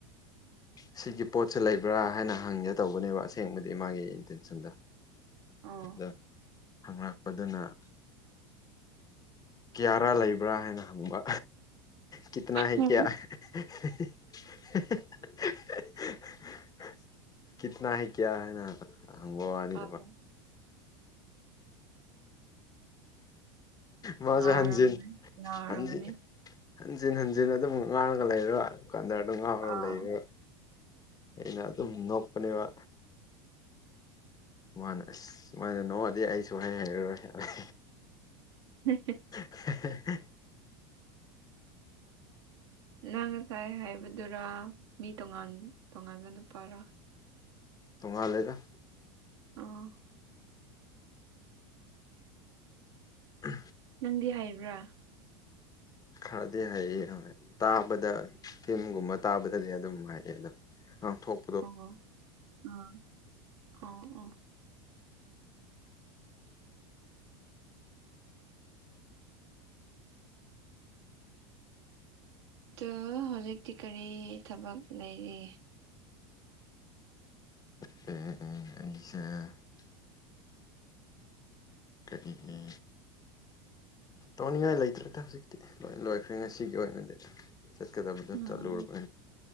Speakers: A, on the left; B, on the right.
A: ꯁꯤꯒꯤ ꯄꯣꯠꯁ ꯂꯩꯕ꯭ꯔꯥ ꯍꯥꯏꯅ ꯍꯪꯒꯦ ꯇꯧꯕꯅꯦꯕ ꯑꯁꯦꯡꯕꯗꯤ ꯃꯥꯒꯤ ꯏꯟꯇꯦꯟꯁꯟꯗꯣ
B: ꯑꯣ
A: ꯗ ꯍꯪꯂꯛꯄꯗꯅ ꯀꯌꯥꯔꯥ ꯂꯩꯕ꯭ꯔꯥ ꯍꯥꯏꯅ ꯍꯪꯕ ꯀꯤꯇꯅ ꯍꯦꯛ
B: ꯎꯝ
A: ꯀꯌꯥ <unintelligible> ꯀꯤꯠꯇꯅꯥ ꯍꯥꯢ ꯀꯌꯥ ꯍꯥꯏꯅꯪꯕ ꯋꯥꯅꯤꯗ
B: ꯑꯣ
A: ꯃꯥꯁꯨ
B: ꯉꯥꯎꯔꯝꯃꯅꯤ
A: ꯍꯟꯖꯤꯟ
B: ꯉꯥꯎꯔꯝꯃꯅꯤ
A: ꯍꯟꯖꯤꯟ ꯍꯟꯖꯤꯟ ꯍꯟꯖꯤꯟ ꯑꯗꯨꯝ ꯉꯥꯎꯔꯒ ꯂꯩꯔ ꯗꯨꯀꯥꯟꯗꯔ ꯑꯗꯨꯝ ꯉꯥꯎꯔꯒ
B: ꯑꯥ
A: ꯂꯩꯔꯣ ꯑꯩꯅ ꯑꯗꯨꯝ ꯅꯣꯛꯄꯅꯦꯕ ꯃꯥꯃꯅ ꯑꯁ ꯁꯨꯃꯅ ꯅꯅꯨꯡꯉꯗꯤ ꯑꯩꯁꯨ ꯍꯩ ꯍꯥꯏꯩꯔꯔꯣꯏ
B: ꯍ
A: <inaudible>
B: ꯅꯪ ꯉꯁꯥꯏ ꯍꯥꯏꯕꯗꯨꯔ ꯃꯤ ꯇꯣꯉꯥꯟ ꯇꯣꯉꯥꯟꯕ ꯅꯨꯄꯥꯔꯥ
A: ꯊꯣꯡꯉ ꯂꯩꯦꯗ
B: ꯑ
A: ꯎ
B: ꯅꯪꯗꯤ ꯍꯥꯏꯕ꯭ꯔꯥ
A: ꯈꯔꯗꯤ ꯍꯩꯌꯦ ꯇꯥꯕꯗ ꯐꯤꯝꯒꯨꯝꯕ ꯇꯥꯕꯗꯗꯤ ꯑꯗꯨꯝ ꯍꯥꯏꯌꯦ ꯑꯗꯣ ꯉꯥꯡꯊꯣꯛ
B: ꯑꯣꯍꯣ ꯎꯝ ꯑꯣ ꯎꯝ ꯑ ꯍꯧꯖꯤꯛꯇꯤ ꯀꯔꯤ ꯊꯕꯛ ꯂꯩꯔꯤ
A: ꯑꯦ ꯑꯦ ꯑꯩꯁꯦ ꯀꯔꯤꯒꯤ ꯇꯧꯅꯤꯡꯉꯥꯏ ꯂꯩꯇ꯭ꯔꯗꯤ ꯍꯧꯖꯤꯛꯇꯤ ꯂꯣꯏ ꯂꯣꯏꯈ꯭ꯔꯦ ꯉꯁꯤꯒꯤ ꯑꯣꯏꯅꯗꯤ ꯆꯠ ꯀꯗꯕꯗ
B: ꯎꯝ
A: ꯆꯠꯂꯣ ꯑꯗꯨꯃꯥꯏꯅ